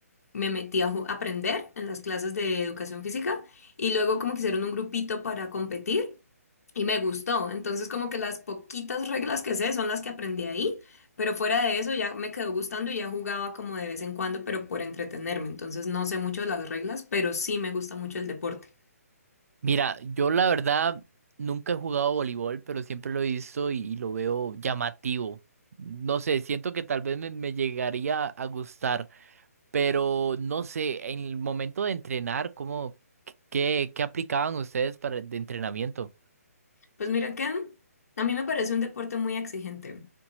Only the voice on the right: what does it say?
Mira, yo la verdad nunca he jugado voleibol, pero siempre lo he visto y, y lo veo llamativo. No sé, siento que tal vez me, me llegaría a gustar, pero no sé, en el momento de entrenar, ¿cómo, qué, qué aplicaban ustedes para de entrenamiento?